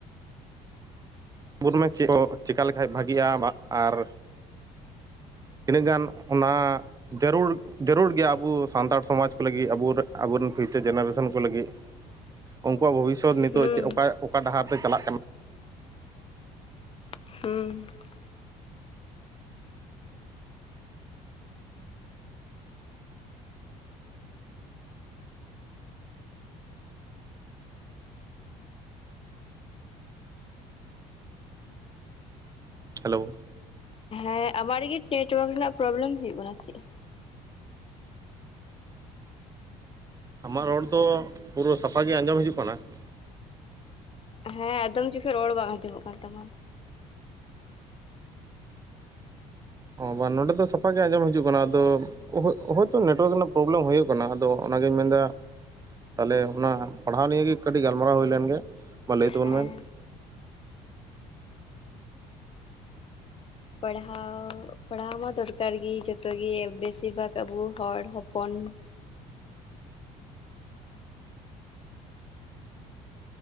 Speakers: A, on the right; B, on the left.
A: ᱵᱩᱫ ᱢᱮ ᱪᱮᱫ ᱪᱮᱠᱟ ᱞᱮᱠᱟᱱ ᱵᱷᱟᱜᱤᱜᱼᱟ ᱟᱨ ᱛᱤᱱᱟᱹᱜ ᱜᱟᱱ ᱚᱱᱟ ᱡᱟᱹᱨᱩᱲ ᱡᱟᱹᱨᱩᱲ ᱜᱮᱭᱟ ᱟᱵᱚ ᱥᱟᱱᱛᱟᱲ ᱥᱚᱢᱟᱡᱽ ᱠᱚ ᱞᱟᱹᱜᱤᱫ ᱟᱵᱚᱨ ᱟᱵᱚᱨᱮᱱ ᱯᱷᱤᱭᱩᱪᱟᱨ ᱡᱮᱱᱟᱨᱮᱥᱚᱱ ᱠᱚ ᱞᱟᱹᱜᱤᱫ? ᱩᱱᱠᱩᱣᱟᱜ ᱵᱷᱚᱵᱤᱥᱥᱚᱛ ᱱᱤᱛᱚᱜ
B: ᱦᱩᱸ
A: ᱪᱮᱜ ᱚᱠᱟ ᱚᱠᱟ ᱰᱟᱦᱟᱨ ᱛᱮ ᱪᱟᱞᱟᱜ ᱠᱟᱱᱟ?
B: ᱦᱩᱸ ᱾
A: ᱦᱮᱞᱳ!
B: ᱦᱮᱸ ᱟᱢᱟᱜ ᱨᱮᱜᱮ ᱱᱮᱴᱳᱣᱟᱨᱠ ᱨᱮᱱᱟᱜ ᱯᱨᱚᱵᱽᱞᱮᱢ ᱦᱩᱭᱩᱜ ᱠᱟᱱᱟ ᱥᱮ ᱪᱮᱜ?
A: ᱟᱢᱟᱜ ᱨᱚᱲ ᱫᱚ ᱯᱩᱨᱟᱹ ᱥᱟᱯᱷᱟ ᱜᱮ ᱟᱸᱡᱚᱢ ᱦᱤᱡᱩᱜ ᱠᱟᱱᱟ ᱾
B: ᱦᱮᱸ ᱟᱠᱫᱚᱢ ᱡᱚᱠᱷᱚᱡ ᱨᱚᱲ ᱵᱟᱝ ᱟᱸᱡᱚᱢᱚᱜ ᱠᱟᱱ ᱛᱟᱢᱟ ᱾
A: ᱚ ᱵᱟᱝ ᱱᱚᱸᱰᱮ ᱫᱚ ᱥᱟᱯᱟ ᱜᱮ ᱟᱸᱡᱚᱢ ᱦᱤᱡᱩᱜ ᱠᱟᱱᱟ ᱟᱫᱚ ᱦᱳᱭ ᱦᱚᱳᱭᱛᱳ ᱱᱮᱴᱳᱣᱟᱨᱠ ᱨᱮᱱᱟᱜ ᱯᱨᱚᱵᱽᱞᱮᱢ ᱦᱩᱭᱩᱜ ᱠᱟᱱᱟ ᱟᱫᱚ ᱚᱱᱟᱜᱤᱧ ᱢᱮᱱᱫᱟ ᱛᱟᱦᱚᱞᱮ ᱚᱱᱟ ᱯᱟᱲᱦᱟᱣ ᱱᱤᱭᱮ ᱜᱮ ᱠᱟᱹᱴᱤᱡ ᱜᱟᱞᱢᱟᱨᱟᱣ ᱦᱩᱭᱞᱮᱱ ᱜᱮ ᱢᱟ ᱞᱟᱹᱭ ᱛᱟᱵᱚᱱ
B: ᱦᱮᱸ
A: ᱢᱮ ᱾
B: ᱯᱟᱲᱦᱟᱣ ᱯᱟᱲᱦᱟᱣ ᱢᱟ ᱫᱚᱨᱠᱟᱨ ᱜᱮ ᱡᱚᱛᱚ ᱜᱮ ᱵᱮᱥᱤᱨ ᱵᱷᱟᱜᱽ ᱟᱵᱚ ᱦᱚᱲ ᱦᱚᱯᱚᱱ ᱾